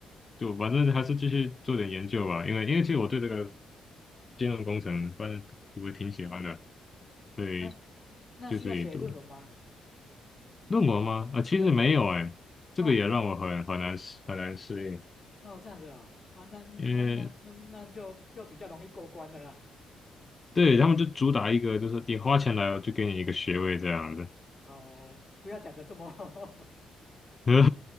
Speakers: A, on the left (about 35°); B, on the left (about 55°).
A: 就反正还是继续做点研究吧，因为因为其实我对这个金融工程反正我挺喜欢的，所以
B: 哎那需要写论文吗？
A: 就自己读论文吗？啊、其实没有哎、
B: 对，
A: 这个也让我很很难适很难适
B: 哦哦，这样子啊、啊，那那那那那就就比较容易过关了啦。
A: 应，因为对他们就主打一个就是你花钱来，我就给你一个学位这样，
B: 哦，不要讲的这么 <laughs>
A: 嗯